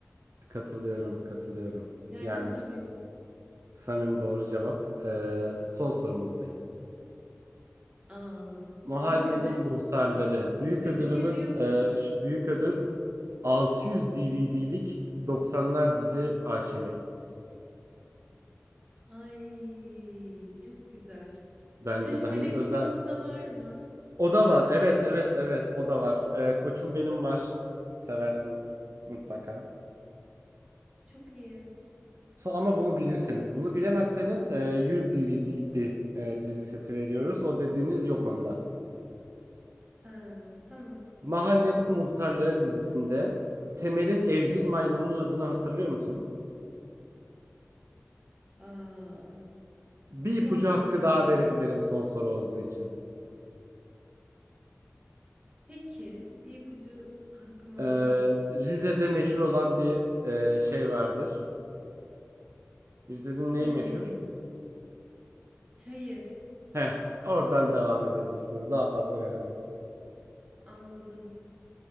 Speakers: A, on the right; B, on the right.
A: Katılıyorum, katılıyorum.
B: Yani
A: Yani
B: Samim.
A: samim doğru cevap. Ee, son sorumuzdayız.
B: Aa,
A: Mahallenin
B: büyük ödül.
A: muhtarları.
B: Büyük
A: Büyük
B: ödül
A: ödülümüz
B: geliyor mu?
A: e, ş- büyük ödül 600 DVD'lik 90'lar dizi arşivi.
B: Ay, çok güzel.
A: Bence
B: Çeşifelek
A: de hani özel.
B: çıkmazı da var mı?
A: O da var. Evet evet evet o da var. E, Koçum Benim var. Seversiniz mutlaka.
B: Çok iyi.
A: So, ama bunu bilirseniz. Bunu bilemezseniz e, 100 DVD'lik bir e, dizi seti veriyoruz. O dediğiniz yok onda.
B: Ha, tamam, peki.
A: Mahallenin Muhtarları dizisinde Temel'in evcil maymununun adını hatırlıyor musun?
B: Aa,
A: Bir
B: biraz
A: ipucu
B: düşünmem
A: hakkı daha verebilirim
B: lazım.
A: son soru olduğu için.
B: Peki, bir ipucu hakkımı
A: Ee,
B: alayım.
A: Rize'de meşhur olan bir e, şey vardır. Rize'nin neyi
B: Hmm,
A: meşhur?
B: çayı.
A: Heh, oradan devam edebilirsiniz. Daha fazla veremem.
B: Anladım,